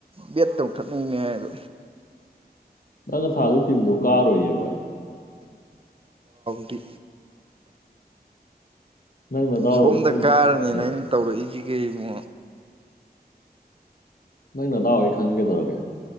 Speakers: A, on the right; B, on the left.
A: ꯕꯦꯠ ꯇꯧꯊꯛꯅꯅꯦ ꯍꯥꯏꯕ
B: ꯅꯪꯅ ꯊꯥꯗꯩ ꯇꯤꯟꯝꯗꯣ ꯀꯥꯔꯣꯏꯌꯦ ꯚꯥꯏ
A: ꯗꯤ
B: ꯅꯪ ꯅꯗꯥꯎꯗꯣ
A: ꯁꯣꯝꯗ
B: ꯑꯩꯅ
A: ꯀꯥꯔꯅꯦꯅ
B: ꯈꯪꯒꯗꯧꯔꯒꯦ
A: ꯑꯩꯅ ꯇꯧꯔꯛꯏꯁꯤ ꯀꯕꯨ
B: ꯅꯪꯅꯗꯥ ꯍꯣꯏ ꯈꯪꯒꯦ ꯇꯧꯔꯒꯦ